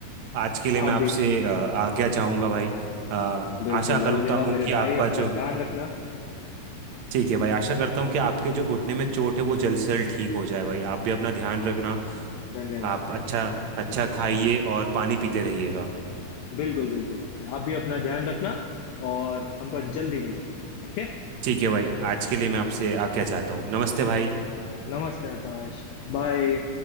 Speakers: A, on the right (about 60°); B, on the left (about 75°).
A: आज के लिए
B: आप
A: मैं आपसे
B: भी
A: अ, आज्ञा चाहूंगा भाई अ,
B: बिल्कुल
A: आशा करता
B: अलविदा
A: हूँ
B: मेरे
A: कि
B: भाई
A: आपका
B: अपना
A: जो
B: ध्यान रखना
A: ठीक है भाई आशा करता हूँ कि आपके जो घुटने में चोट है वो जल्द से जल्द ठीक हो जाए भाई आप भी अपना ध्यान रखना
B: धन्यवाद
A: आप
B: भाई
A: अच्छा
B: धन्यवाद
A: अच्छा खाइए और पानी पीते रहिएगा
B: बिल्कुल बिल्कुल आते हैं आप भी अपना ध्यान रखना और हम पर जल्दी मिलेंगे ओके
A: ठीक है भाई आज के लिए मैं आपसे आज्ञा चाहता हूँ नमस्ते भाई
B: नमस्ते आकाश बाय